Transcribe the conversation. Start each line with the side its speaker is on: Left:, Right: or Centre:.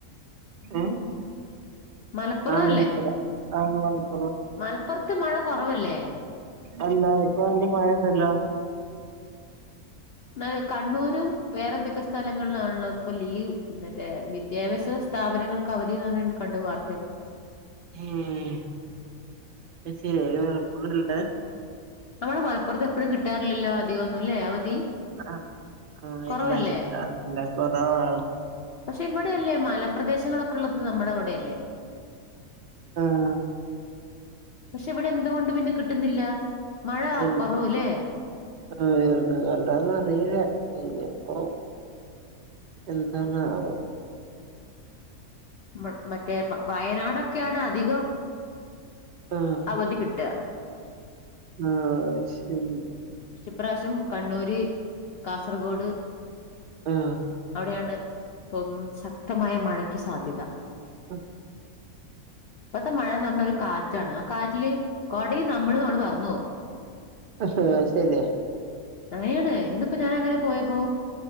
Right: ഉം
Left: മലപ്പുറം
Right: ആഹ് <unintelligible>
Left: മൽപ്പൊർത്ത് മഴ കൊറവല്ലേ?
Right: അല്ല ഇപ്പൊ നല്ല മഴണ്ടല്ലോ
Left: ന്നാ കണ്ണൂരും വേറെന്തൊക്കെ സ്ഥലങ്ങൾലാണല്ലോ ഇപ്പൊ ലീവ് മറ്റേ വിദ്യാഭ്യാസ സ്ഥാപനങ്ങൾക്ക് അവധീന്ന് പറീണ കണ്ടു വാർത്തേല്
Right: ഉം <unintelligible>
Left: ഞമ്മളെ മലപ്പൊറത്ത് എപ്പഴും കിട്ടാറില്ലല്ലോ അധികൊന്നും ല്ലേ അവധി
Right: ആഹ് ആഹ്
Left: കുറവല്ലേ
Right: ഇല്ലാ കിട്ടാറില്ല കൊറവാണ്.
Left: പക്ഷെ ഇവിടെയല്ലേ മലപ്രദേശങ്ങളൊക്കെള്ളത് നമ്മടെ ഇവിടെയല്ലേ
Right: ആഹ്
Left: പക്ഷെ ഇവ്ടെ എന്തുകൊണ്ട് പിന്നെ കിട്ടുന്നില്ല മഴ
Right: എന്ത്
Left: കൊറവ് ല്ലേ.
Right: ആഹ് എന്ത് കൊണ്ടാന്ന് അറീല ഇഞ്ഞിപ്പോ എന്താന്നാവോ
Left: മ മറ്റേ വയനാടൊക്കെണ് അധികം
Right: ആഹ്
Left: അവധി കിട്ട
Right: ആ ശെരി
Left: ഇപ്രാവശ്യം കണ്ണൂര്, കാസർഗോഡ്
Right: ആഹ്
Left: അവിടെയാണ് ഇപ്പം ശക്തമായ മഴയ്ക്ക് സാധ്യത
Right: ആ
Left: ഇപ്പത്തെ മഴാന്ന് പർഞ്ഞ ഒരു കാറ്റാണ് ആ കാറ്റില് കൊടേം നമ്മളും ആണ്ട് പർന്നോവും
Right: <unintelligible> അത് ശെരിയാ
Left: അങ്ങനെയാണ് ഇന്നിപ്പോ ഞാൻ അങ്ങനെ പോയപ്പോ